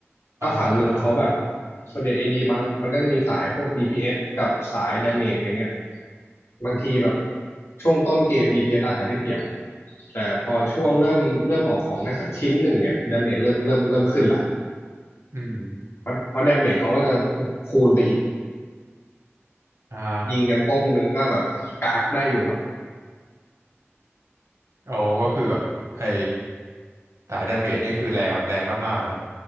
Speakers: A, on the right; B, on the left.
A: อ่า
B: ถ้าฝั่งหนึ่งเขาแบบส่วนใหญ่ AD บางมันก็จะมีสายพวก DPS กับสาย Damage อย่างเงี้ยบางทีแบบช่วงต้นเกม DPS อสอาจจะได้เปรียบแต่พอช่วงเริ่มเริ่มออกของได้สักชิ้นหนึ่งเนี่ยดาเมจเริ่มเริ่มเริ่มขึ้นละ
A: อืมอืม
B: เพราะเพราะดาเมจเขาก็จะคูณไปอีก
A: อ่า
B: ยิงกันโป้งหนึ่งก็แบบกากได้อยู่ครับ
A: โอ้ก็คือแบบไอ้สายดาเมจนี่คือแรงแบบแรงมากๆเลยเนาะ